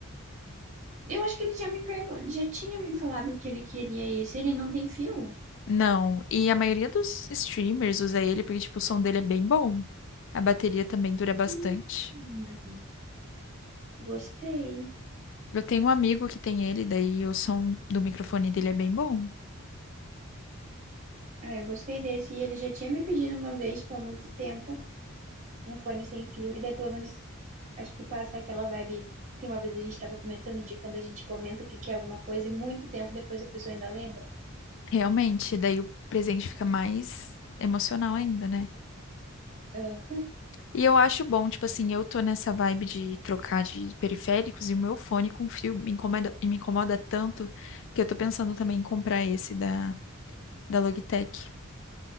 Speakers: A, on the right (about 35°); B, on the left (about 60°).
A: Eu acho que ele já me pergun- já tinha me falado que ele queria esse. Ele não tem fio?
B: Não, e a maioria dos streamers usa ele porque, tipo, o som dele é bem bom. A bateria também dura bastante.
A: Hum, Gostei.
B: Eu tenho um amigo que tem ele, daí o som do microfone dele é bem bom.
A: É, eu gostei desse. E ele já tinha me pedido uma vez, tipo, há muito tempo, um fone sem fio. E daí, pelo menos, acho que passa aquela vibe que uma vez a gente tava comentando de quando a gente comenta que quer alguma coisa e muito tempo depois a pessoa ainda lembra.
B: Realmente, daí o presente fica mais emocional ainda, né?
A: Ah,
B: E eu acho bom, tipo assim, eu tô nessa vibe de trocar de periféricos e o meu fone com fio me incomoda, e me incomoda tanto que eu tô pensando também em comprar esse da, da Logitech.